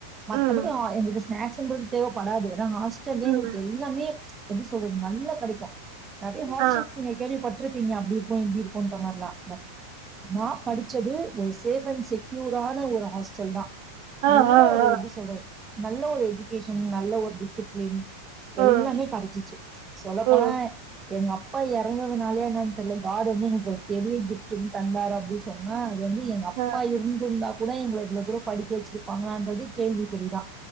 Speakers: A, on the right; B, on the right.
A: மத்தபடி
B: ம்
A: எங்களுக்கு ஸ்நாக்ஸ்ன்றது தேவப்படாது ஏனா ஹாஸ்
B: ம்
A: எல்லாமே எப்டி சொல்றது நல்லா கெடைக்கு நெறைய ஹாஸ்டல்
B: ஆ
A: நீங்க கேள்விப்பட்டிருப்பீங்க அப்டி இருக்கு இப்டி இருக்குன்ற மாரிலா அ நா படிச்சது ஒரு சேஃப் அண்ட் செக்யூர்டான ஒரு ஹாஸ்டல் தா
B: ஆ
A: நல்ல
B: ஆ
A: ஒரு
B: ஆ
A: எப்டி சொல்றது நல்ல ஒரு எஜிகேஷன் நல்ல ஒரு டிசிப்ளின் எல்லாமே
B: ம்
A: கெடச்சிச்சு சொல்ல போனா
B: ம்
A: எங்க அப்பா எறந்ததுனாலயான்னு தெரியல காட் வந்து எங்களுக்கு ஒரு பெரிய கிப்ட்ன்னு தந்தாரு அப்டின் சொன்னா அது வந்து எங்க எங்க அப்பா
B: ஆ
A: இருந்திருந்தா கூட எங்கள இவ்வளவு தூரம் படிக்க வச்சிருப்பாங்களான்றது கேள்விக்குறிதா